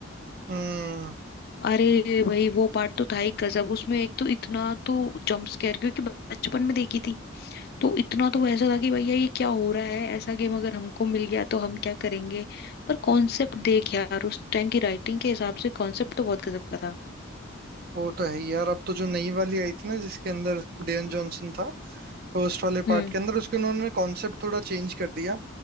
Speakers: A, on the right; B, on the left.
A: हम्म
B: अरे भाई वो पार्ट तो था ही गजब उसमें एक तो इतना तो जंप स्केयर क्योंकि बचपन में देखी थी तो इतना तो ऐसा था कि भैया ये क्या हो रहा है ऐसा गेम अगर हमको मिल गया तो हम क्या करेंगे पर कॉन्सेप्ट देख यार उस टाइम की राइटिंग के हिसाब से कॉन्सेप्ट तो बहुत गजब का था
A: वो तो है ही यार अब तो जो नई वाली आई थी ना जिसके अंदर डेन जॉनसन था फर्स्ट वाले
B: हम्म
A: पार्ट के अंदर उसके उन्होंने कॉन्सेप्ट थोड़ा चेंज कर दिया